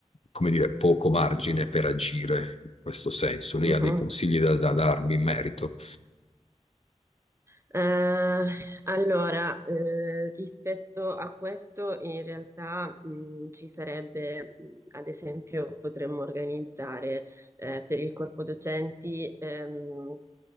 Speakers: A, on the left (about 55°); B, on the right (about 20°).
A: come dire, poco margine per agire in questo senso. Lei
B: mhm.
A: ha dei consigli da, da darmi in merito?
B: Eh, allora, eh, rispetto a questo, in realtà, mh, ci sarebbe, mh, ad esempio, potremmo organizzare, eh, per il corpo docenti, ehm,